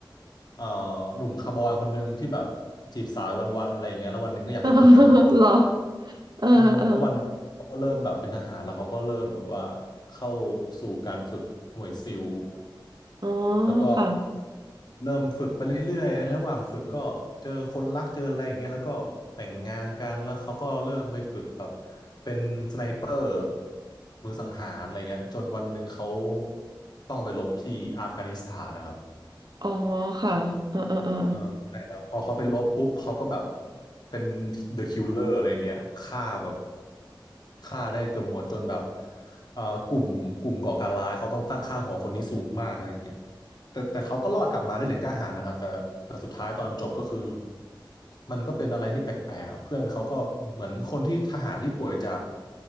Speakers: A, on the left; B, on the right.
A: เอ่อหนุ่มคาวบอยคนหนึ่งที่แบบจีบสาววันๆอะไรเงี้ยแล้ววันหนึ่งก็อยากเป็นทหาร
B: <laughs> เหรอเออเออ
A: อืมแล้ววันนั้นเขาก็เริ่มแบบเป็นทหารแล้วเขาก็เริ่มแบบว่าเข้าสู่การฝึกหน่วยซิล
B: อ๋อ
A: แล้วก็
B: ค่ะ
A: เริ่มฝึกไปเรื่อยๆในระหว่างฝึกก็เจอคนรักเจออะไรอย่างเงี้ยแล้วก็แต่งงานกันแล้วเขาก็เริ่มไปฝึกแบบเป็นสไนเปอร์มือสังหารอะไรเงี้ยจนวันหนึ่งเขาต้องไปรบที่อัฟกานิสถานนะครับ
B: อ๋อค่ะเออเออเออ
A: เออใช่ครับพอเขาไปลบปุ๊บเขาก็แบบเป็น The Killer อะไรเงี้ยฆ่าแบบฆ่าได้เกือบหมดจนแบบเอ่อกลุ่มกลุ่มก่อการร้ายเขาต้องตั้งค่าหัวคนนี้สูงมากอะไรเงี้ย แต่แต่เขาก็รอดกลับมาได้เหรียญกล้าหาญนะครับแต่แต่สุดท้ายตอนจบก็คือมันก็เป็นอะไรที่แปลกๆอะเพื่อนเขาก็เหมือนคนที่ทหารที่ป่วยจาก